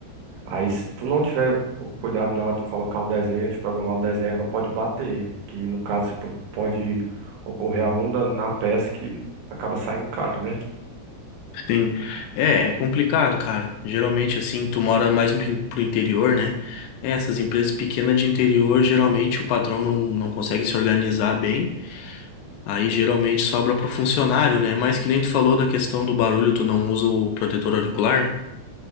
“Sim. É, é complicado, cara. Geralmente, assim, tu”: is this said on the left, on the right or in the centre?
Left